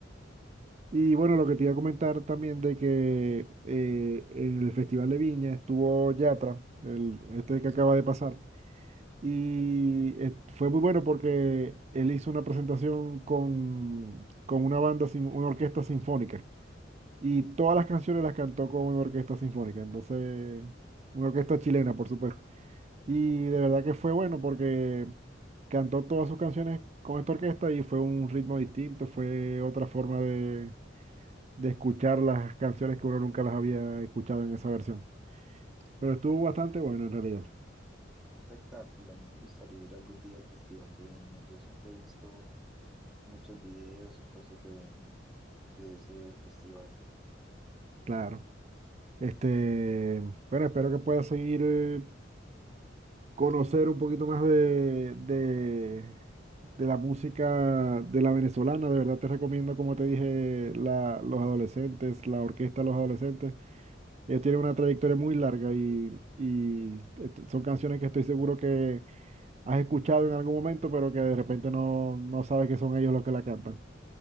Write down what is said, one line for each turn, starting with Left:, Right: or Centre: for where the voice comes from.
Right: Y bueno, lo que te iba a comentar también de que eh, en el Festival de Viña estuvo Yatra, el, este que acaba de pasar. Y eh, fue muy bueno porque él hizo una presentación con, con una banda, sin, una orquesta sinfónica. Y todas las canciones las cantó con una orquesta sinfónica. Entonces, una orquesta chilena, por supuesto. Y
Centre: Claro.
Right: de verdad que fue bueno porque cantó todas sus canciones con esta orquesta y fue un ritmo distinto, fue otra forma de, de escuchar las canciones que uno nunca las había escuchado en esa versión. Pero estuvo bastante bueno en realidad,
Centre: Espectáculo. A mí me gustaría ir algún día al Festival de Viña. Yo siempre he visto muchos videos y cosas de, de ese festival.
Right: claro. Este, bueno, espero que puedas seguir eh, conocer un poquito más de, de, de la música de la venezolana. De verdad te recomiendo, como te dije, la, los adolescentes, la orquesta de los adolescentes. Ellos tienen una trayectoria muy larga y, y est- son canciones que estoy seguro que has escuchado en algún momento, pero que de repente no, no sabes que son ellos los que la cantan.